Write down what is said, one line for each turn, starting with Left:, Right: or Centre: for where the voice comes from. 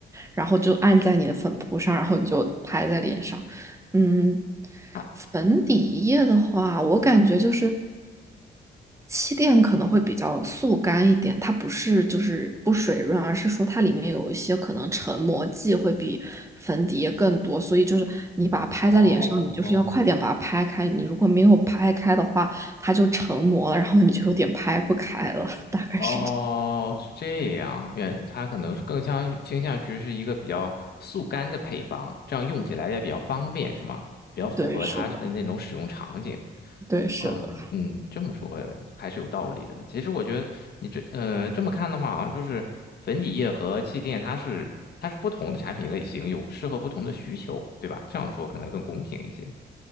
Right: 然后就按在你的粉扑上，然后你就拍在脸上。嗯，
Left: 啊
Right: 粉底液的话，我感觉就是气垫可能会比较速干一点，它不是就是不水润，而是说它里面有一些可能成膜剂会比粉底液更多，所以就是你把它拍在脸上，
Left: 哦，
Right: 你就是要快点把它拍开，你如果没有拍开的话，它就成膜了，然后你就有点拍不开了，大概是这样
Left: 哦，是这样，愿它可能是更相倾向于是一个比较速干的配方，这样用起来也比较方便，是吗？比较符合它的那种使用场景。
Right: 对，是的，对，是的。
Left: 嗯嗯，这么说还是有道理的。其实我觉得你这呃这么看的话，好像就是粉底液和气垫，它是它是不同的产品类型，有适合不同的需求，对吧？这样说可能更公平一些。